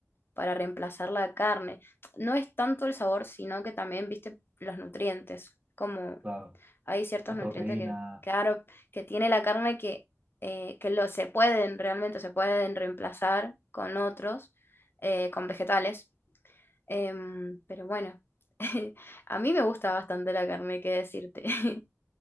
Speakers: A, on the left (about 45°); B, on the right (about 35°).
A: para reemplazar la carne. No es tanto el sabor, sino que también, viste, los nutrientes. Como
B: Claro,
A: hay ciertos
B: la
A: nutrientes
B: proteína,
A: que, claro, que tiene la carne que, eh, que lo, se pueden, realmente se pueden reemplazar con otros, eh, con vegetales. Em, pero bueno, <laughs> a mí me gusta bastante la carne, qué decirte. <laughs>